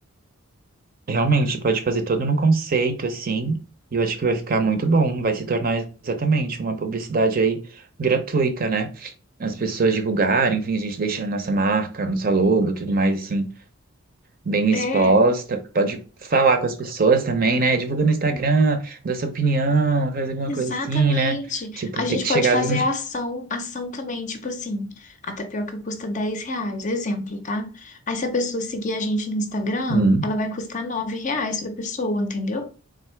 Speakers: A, on the right; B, on the left.
A: Realmente, pode fazer todo num conceito assim, e eu acho que vai ficar muito bom. Vai se tornar exatamente uma publicidade aí gratuita, né? As pessoas divulgarem, enfim, a gente deixa a nossa marca, nossa logo, tudo mais assim, bem exposta.
B: É,
A: Pode falar com as pessoas também, né? Divulga no Instagram, dá sua opinião, faz alguma
B: exatamente.
A: coisa assim, né? Tipo,
B: A gente
A: tem que
B: pode
A: chegar
B: fazer
A: de um.
B: a ação, ação também, tipo assim, a tapioca custa 10 reais, exemplo, tá? Aí se a pessoa seguir a gente no Instagram,
A: je-
B: ela vai custar 9 reais pra pessoa, entendeu?